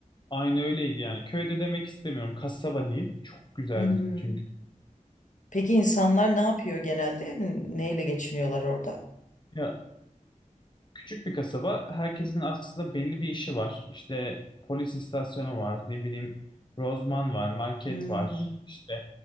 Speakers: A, on the left; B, on the left.
A: Aynı öyleydi yani. Köyde demek istemiyorum. Kasaba diyeyim. Çok güzeldi
B: hı hı.
A: çünkü.
B: Peki insanlar ne yapıyor genelde? N- Neyle geçiniyorlar orada?
A: Ya küçük bir kasaba. Herkesin aslında belli bir işi var. İşte polis istasyonu var, ne bileyim, rozman var, market
B: Hı hı,
A: var. işte